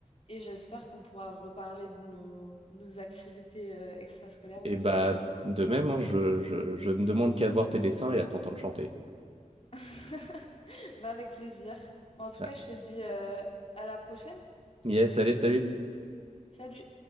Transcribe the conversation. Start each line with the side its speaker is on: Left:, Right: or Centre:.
Left: et j'espère qu'on pourra reparler de nos nos activités euh, extrascolaires ou
Right: Et
Left: de nos
Right: bah,
Left: passions
Right: de même, hein, je, je, je ne demande qu'à voir tes dessins et à t'entendre chanter.
Left: <laughs> bah avec plaisir Bon, en tout
Right: Ah.
Left: cas je te dis euh, à la prochaine
Right: Yes, allez, salut!
Left: salut